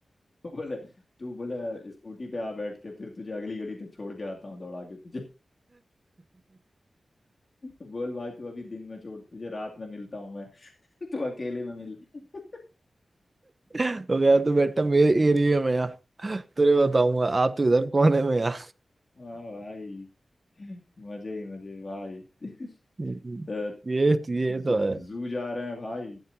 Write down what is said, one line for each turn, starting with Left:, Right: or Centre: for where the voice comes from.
Left: वो बोले तू बोले स्कूटी पे आ बैठ के फिर तुझे अगली गली तक छोड़ के आता हूँ दौड़ा के तुझे <laughs> बोल भाई तू अभी दिन में छोड़ तुझे रात में मिलता हूँ मैं <laughs> तू अकेले में मिल <laughs>
Right: तो गया तो बेटा मेरे एरिया में आ तुझे बताऊंगा आप तो इधर कोने में आ
Left: हाँ भाई मजे ही मजे भाई <laughs>
Right: हम्म,
Left: तो
Right: ये ये तो
Left: जू
Right: है
Left: जू जा रहे हैं भाई